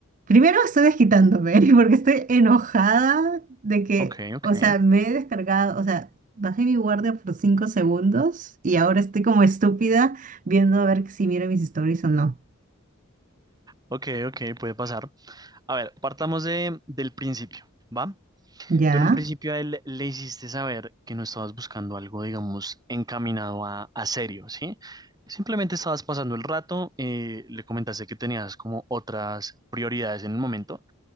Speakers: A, on the right; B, on the right.
A: Primero estoy desquitándome <laughs> porque estoy enojada de que,
B: Ok, ok.
A: o sea, me he descargado, o sea, bajé mi guardia por cinco segundos y ahora estoy como estúpida viendo a ver si miro mis stories o no.
B: Ok, ok, puede pasar. A ver, partamos de, del principio, ¿va?
A: ¿Ya?
B: Tú en un principio a él le hiciste saber que no estabas buscando algo, digamos, encaminado a, a serio, ¿sí? Simplemente estabas pasando el rato, eh, le comentaste que tenías como otras prioridades en el momento